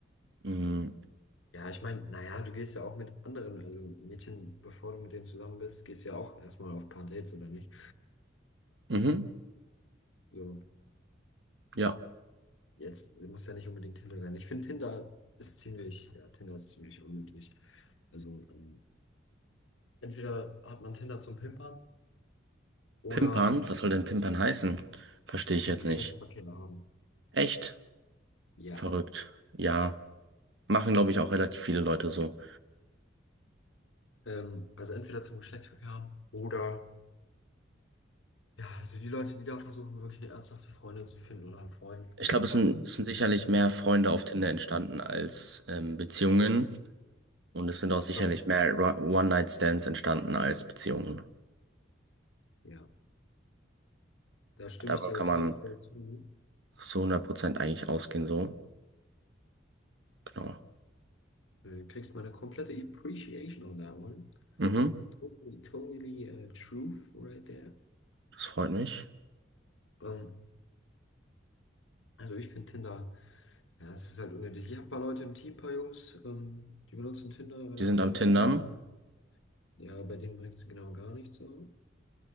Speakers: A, on the right (about 65°); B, on the left (about 80°).
A: Mhm.
B: Ja, ich meine, naja, du gehst ja auch mit anderen, also Mädchen, bevor du mit denen zusammen bist, gehst du ja auch erstmal auf ein paar Dates, oder nicht?
A: Mhm.
B: So,
A: Ja.
B: jetzt muss ja nicht unbedingt Tinder sein. Ich finde, Tinder ist ziemlich, ja, Tinder ist ziemlich unnötig. Also, ähm, entweder hat man Tinder zum Pimpern oder
A: Pimpern? Was soll denn Pimpern heißen? Verstehe
B: zum
A: ich jetzt
B: Geschlechtsverkehr
A: nicht.
B: haben.
A: Echt?
B: Ja.
A: Verrückt. Ja. Machen, glaube ich, auch relativ viele Leute so.
B: Ähm, also entweder zum Geschlechtsverkehr haben oder Ja, also die Leute, die da versuchen, wirklich eine ernsthafte Freundin zu finden oder einen Freund
A: Ich
B: oder
A: glaube,
B: einen Partner.
A: es sind, es sind sicherlich mehr Freunde auf Tinder entstanden als ähm, Beziehungen. Und es sind auch sicherlich
B: Glaub ich nicht.
A: mehr Ru- One-Night-Stands entstanden als Beziehungen.
B: Ja, da stimme
A: Davon
B: ich dir
A: kann
B: auf
A: man
B: jeden Fall zu.
A: so hundert Prozent eigentlich ausgehen, so. Genau.
B: Du kriegst meine komplette Appreciation on that one.
A: Mhm.
B: Totally, totally äh, truth right there.
A: Das freut mich.
B: Ähm, also ich finde Tinder, ja, es ist halt unnötig. Ich habe ein paar Leute im Team, ein paar Jungs, ähm, die benutzen Tinder relativ
A: Die sind am
B: aktiv.
A: Tindern.
B: Und Ja, bei denen bringt es genau gar nichts so.